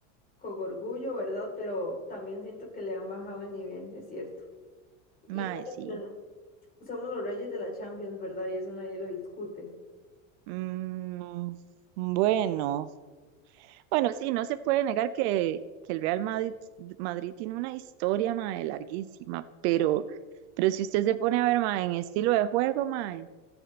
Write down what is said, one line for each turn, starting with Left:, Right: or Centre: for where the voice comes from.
Left: con orgullo, ¿verdad? Pero también siento que le han bajado el nivel, es cierto.
Right: mae,
Left: Igual
Right: sí.
Left: eh, somos los reyes de la Champions, ¿verdad? Y eso nadie lo discute.
Right: Mm, bueno, bueno, sí, no se puede negar que, que el Real Madrid, Madrid tiene una historia, mae, larguísima, pero, pero si usted se pone a ver, mae, en estilo de juego, mae,